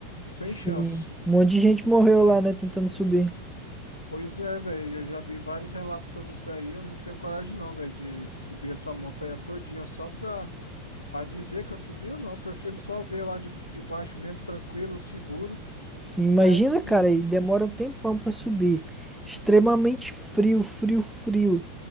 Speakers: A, on the left (about 80°); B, in the centre.
A: Sem
B: Sim,
A: chance.
B: um monte de gente morreu lá, né, tentando subir.
A: Pois é, velho, eu já vi vários relatos sobre isso aí, eu não tenho coragem não, velho, de subir essa montanha todinha só pra, pra dizer que eu subi ou não, eu prefiro só ver lá de, de baixo mesmo, tranquilo, seguro,
B: Sim, imagina,
A: né, do que...
B: cara, e demora um tempão pra subir. Extremamente frio, frio, frio.